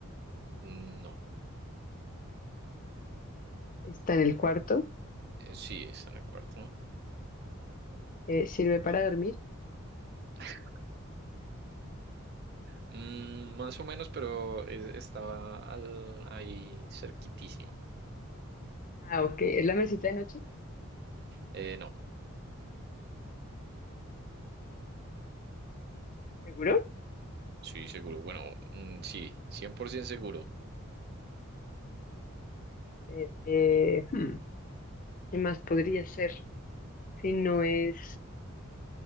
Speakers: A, on the right; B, on the left.
A: No.
B: Está en el cuarto.
A: Eh, sí, está en el cuarto.
B: Eh, ¿sirve para dormir?
A: <laughs> Mm, más o menos, pero es- estaba al- ahí cerquitísima.
B: Ah, ok. ¿Es la mesita de noche?
A: Eh, no.
B: ¿Seguro?
A: Sí, seguro. Bueno, mm, sí. 100% seguro.
B: Eh, eh, hmm, ¿Qué más podría ser? Si no es...